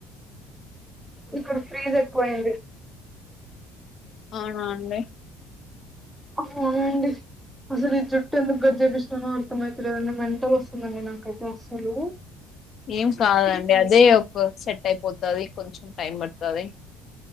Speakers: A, in the centre; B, on the left.
A: ఇక్కడ ప్రిజ్ ఎక్కువయింది
B: అవునా అండి
A: అవునండి అసలు ఈ జుట్టు ఎందుకు గట్ చెపిచ్చిన్నానో అర్థం అయితలేదండి మెంటల్ వస్తుందండి నాకైతే అసలు
B: ఏం కాదండి అదే ఒక సెట్ అయిపోతాది కొంచెం టైం పడుతాది